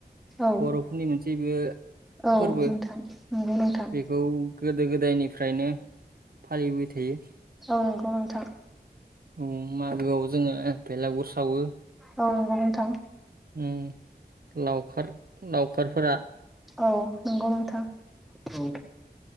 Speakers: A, in the centre; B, on the right.
A: औ
B: बर'फोरनि मोनसेबो
A: औ
B: फोरबो
A: नोंथां नंगौ नोंथां
B: बेखौ गोदो गोदायनिफ्रायनो फालिबाय थायो
A: औ नंगौ नोंथां
B: औ मागोआव जोङो बेलागुर सावो
A: औ नंगौ नोंथां
B: उम लावखार लावखारफोरा
A: औ नंगौ नोंथां औ